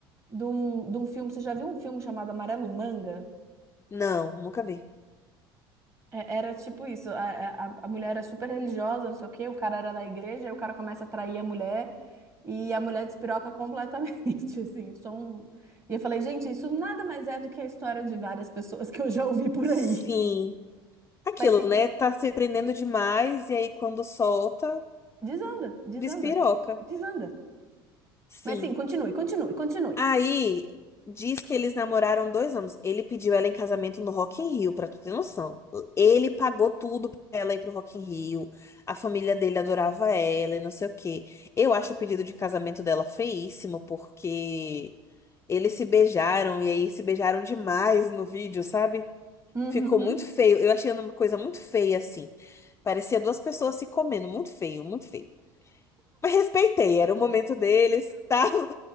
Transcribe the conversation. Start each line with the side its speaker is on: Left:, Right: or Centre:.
Right: de um, de um filme. Você já viu um filme chamado Amarelo Manga?
Left: Não, nunca vi.
Right: É- Era tipo isso: a, a, a a mulher era super religiosa, não sei o quê, o cara era da igreja, aí o cara começa a trair a mulher e a mulher despiroca completamente, <laughs> assim. Só um... E eu falei, gente, isso nada mais é do que a história de várias pessoas que eu já ouvi por
Left: Sim.
Right: aí.
Left: Aquilo,
Right: Mas sim,
Left: né? Tá se prendendo demais e aí quando solta,
Right: desanda, desanda,
Left: despiroca.
Right: desanda.
Left: Sim.
Right: Mas sim, continue, continue, continue.
Left: Aí diz que eles namoraram dois anos. Ele pediu ela em casamento no Rock in Rio, pra tu ter noção. Ele pagou tudo pra ela ir pro Rock in Rio. A família dele adorava ela e não sei o quê. Eu acho o pedido de casamento dela feíssimo, porque eles se beijaram e aí se beijaram demais no vídeo, sabe?
Right: Uhum.
Left: Ficou muito feio. Eu achei uma coisa muito feia, assim. Parecia duas pessoas se comendo. Muito feio, muito feio. <laughs> Mas respeitei, era o momento deles. <laughs> Estavam,